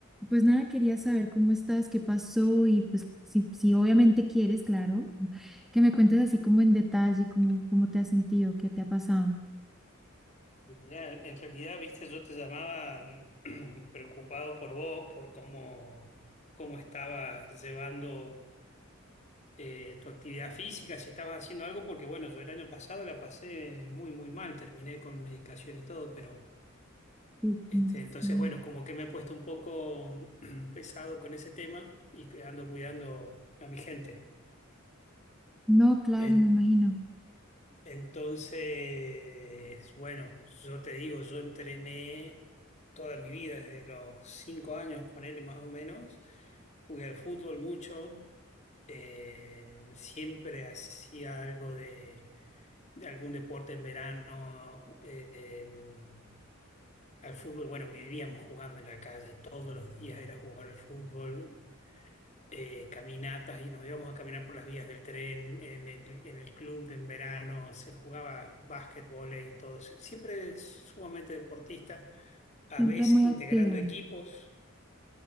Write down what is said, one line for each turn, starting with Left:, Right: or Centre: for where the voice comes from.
Centre: Pues nada, quería saber cómo estás, qué pasó y pues si, si obviamente quieres, claro, <laughs> que me cuentes así como en detalle cómo, cómo te has sentido, qué te ha pasado.
Left: Mirá, en realidad, viste, yo te llamaba mm, <clears throat> preocupado por vos, por cómo, cómo estabas llevando eh, tu actividad física, si estabas haciendo algo, porque bueno, yo el año pasado la pasé muy, muy mal, terminé con medicación y todo, pero
Centre: Sí,
Left: este,
Centre: como
Left: entonces,
Centre: sí.
Left: bueno, como que me he puesto un poco <clears throat> pesado con ese tema y que ando cuidando a mi gente.
Centre: No, claro,
Left: En-
Centre: me imagino.
Left: Entonces, bueno, yo te digo, yo entrené toda mi vida, desde los cinco años, ponele más o menos. Jugué al fútbol mucho, eh, siempre hacía algo de, de algún deporte en verano. eh, em, al fútbol, bueno, vivíamos jugando en la calle, todos los días era jugar al fútbol eh, caminatas y nos íbamos a caminar por las vías del tren, en el, en el club en verano, se jugaba básquetbol y todo. Siempre sumamente deportista, a
Centre: Siempre
Left: veces
Centre: muy
Left: integrando
Centre: activo.
Left: equipos